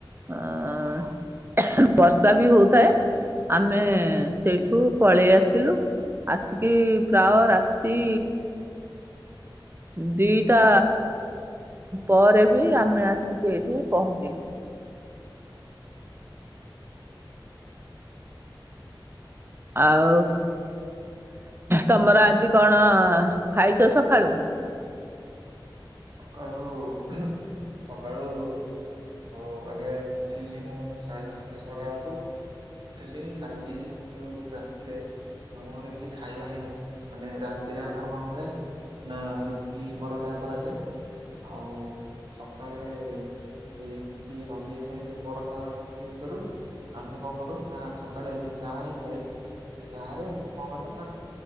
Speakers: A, on the right; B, on the right.
A: ଆଁ ବର୍ଷା ବି ହଉଥାଏ ଆମେ ସେଇଠୁ ପଳେଇ ଆସିଲୁ ଆସିକି ପ୍ରାୟ ରାତି ଦିଇଟା ପରେ ବି ଆମେ ଆସିକି ଏଇଠି ପହଞ୍ଚିଲୁ ଆଉ ତମର ଆଜି କଣ ଖାଇଛ ସକାଳୁ?
B: ସକାଳୁ ଉ ହୁଁ ସକାଳୁ ଉ ଆଗେ ଉଠିଲି ମୁଁ ସାଢ଼େ ପାଞ୍ଚ ଛଅଟା ବେଳକୁ ଉଠିଲି କାଲି ଯେହେତୁ ରାତିରେ ଆମ ଘରେ କିଛି ଖାଇବା ହେଇ ନଥିଲା ମାନେ ରାତିରେ ଆମର କଣ ହୁଏ ନା ରୁଟି ପରଟା କରାଯାଏ ଆଉ ସକାଳେ ସେଇ କିଛି ରହିଯାଇଥାଏ ସେ ପରଟା ଆଉ ରୁଟି ଭିତରୁ ଆମେ କଣ କରୁ ନା ସକାଳେ ଯୋଉ ଚାହା ହେଇଥାଏ ସେ ଚାହା ରେ ମୁଁ କଣ କରେ ନା